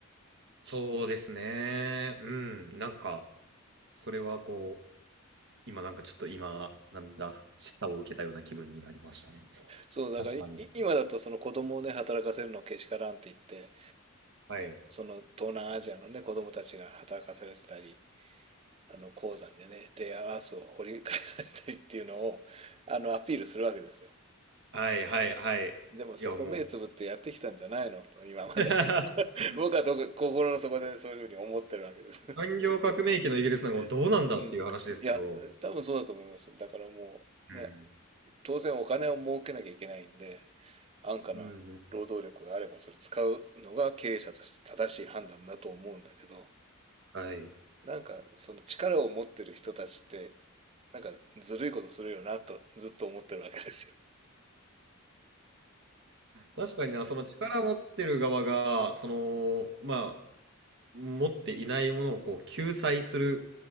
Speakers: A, on the right (about 55°); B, on the right (about 30°).
A: そうですね。うん。なんか、それはこう、今なんかちょっと今、なんだ、示唆を受けたような気分になりましたね。
B: そう、だからい今だとその子供をね、
A: 確かに。
B: 働かせるのけしからんって言って、
A: はい。
B: その東南アジアのね、子供たちが働かされてたり、あの鉱山でね、レアアースを掘り返されたりっていうのを、あの、アピールするわけですよ。
A: はいはいはい。
B: でもそこ目つぶってやってきたんじゃないのと、
A: いやもう
B: 今まで。
A: <laughs>
B: <laughs> 僕はどこ心の底でそういうふうに思ってるわけです。
A: 産業革命期のイギリスなんかもうどうなんだっていう話ですけど。
B: <laughs> うん。いや、多分そうだと思います。だからもう、
A: うん。
B: ね、当然お金を儲けなきゃいけないんで、安価な労働力があればそれ使うのが経営者として正しい判断だと思うんだけど、
A: うんうん。はい。
B: なんかその力を持ってる人たちってなんかずるいことするよなとずっと思ってるわけですよ。
A: 確かにな、
B: その
A: その力持ってる側が、その、まあ、持っていないものをこう救済する